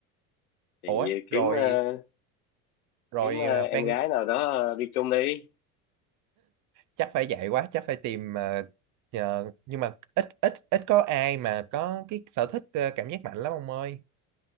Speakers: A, on the left; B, on the right.
A: thì
B: ủa
A: kiếm
B: rồi
A: ờ,
B: rồi
A: kiếm ờ,
B: à,
A: em
B: ban
A: gái nào đó ờ, đi chung đi
B: chắc phải vậy quá chắc phải tìm à, nhờ- nhưng mà ít ít ít có ai mà có cái sở thích à, cảm giác mạnh lắm ông ơi